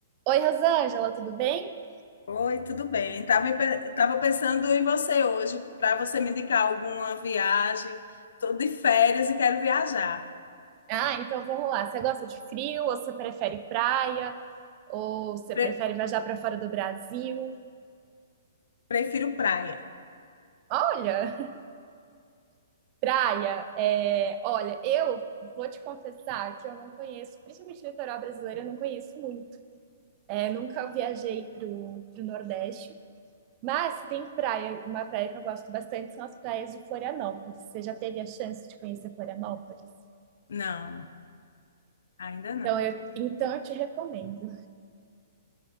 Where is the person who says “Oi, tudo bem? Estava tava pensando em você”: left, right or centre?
Left